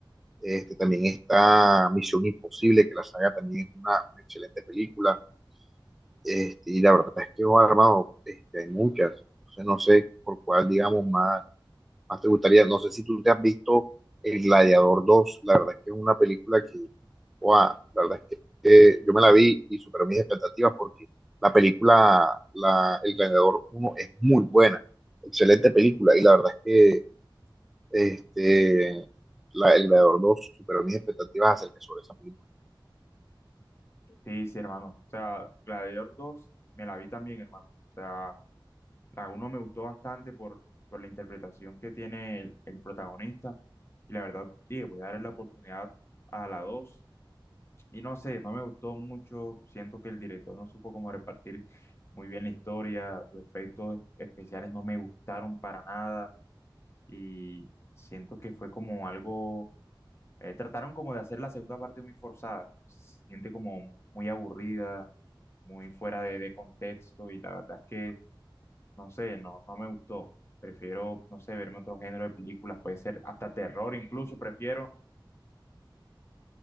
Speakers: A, in the centre; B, on the left (about 30°).
A: Este, también está Misión Imposible, que la saga también es una, una excelente película. Este, y la verdad es que, oh, hermano, este, hay muchas. Entonces, no sé por cuál, digamos, más, más te gustaría. No sé si tú te has visto El Gladiador dos La verdad es que es una película que, wow, la verdad es que eh, yo me la vi y superó mis expectativas porque la película la, El Gladiador uno es muy buena, excelente película y la verdad es que este, la- el Gladiador dos superó mis expectativas acerca sobre esa película.
B: Sí, sí, hermano. O sea, Gladiator 2 me la vi también, hermano. O sea, la uno me gustó bastante por, por la interpretación que tiene el, el protagonista. Y la verdad, dije, voy a darle la oportunidad a la dos Y no sé, no me gustó mucho. Siento que el director no supo cómo repartir muy bien la historia. Los efectos es- especiales no me gustaron para nada. Y siento que fue como algo. eh, trataron como de hacer la segunda parte muy forzada. Se siente como muy aburrida, muy fuera de, de contexto. Y la verdad es que, no sé, no, no me gustó. Prefiero, no sé, verme otro género de películas. Puede ser hasta terror, incluso prefiero.